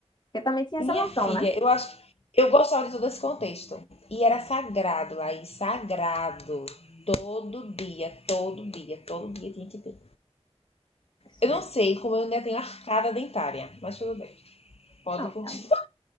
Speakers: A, on the left; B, on the left.
A: Porque também tinha
B: Minha
A: essa noção,
B: filha,
A: né?
B: eu acho que eu gostava de todo esse contexto. E era sagrado, Laís, sagrado. Todo dia, todo dia, todo dia tinha que ter. Eu
A: Gente,
B: não sei como eu ainda tenho arcada dentária, mas tudo bem. Pode
A: Não,
B: continuar.
A: real-